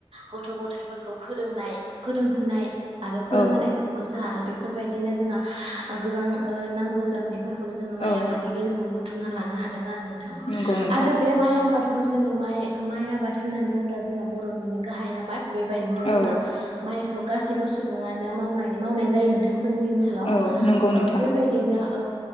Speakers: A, on the right; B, on the left.
A: गथ' गथायफोरखौ फोरोंनाय फोरोंहोनाय आरो फोरोंहोनायनि
B: औ
A: खरसा आरो बेफोरबायदिनो जोंहा गोबां नांगौ जानाय फोरखौ जोङो माइ
B: औ
A: आबादनि गेजेरजों बुथुमना लानो हादों आरो नोंथां
B: नंगौ नोंथां
A: आरो बे माइ आबाद खौ जोङो माइ-माइ आबाद होननानै बुङोब्ला जोंना बर'निनो गाहाय आबाद। बेबायदिनो जोंहा
B: औ
A: माइखौ गासैबो सुबुङानो मावनाय-मावनाय जायो नोंथां। जोंनि ओनसोलाव
B: औ नंगौ नोंथां
A: ओ बेबायदिनो ओ